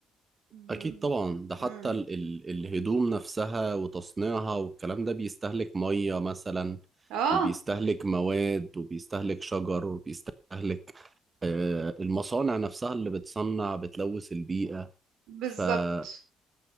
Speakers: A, on the right; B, on the right.
A: ب-
B: اكيد طبعا ده حتى
A: مم.
B: ال ال الهدوم نفسها وتصنيعها والكلام ده بيستهلك مية مثلا
A: اه
B: وبيستهلك مواد وبيستهلك شجر وبيستهلك آه المصانع نفسها اللي بتصنع بتلوث البيئة
A: بالظبط
B: فكل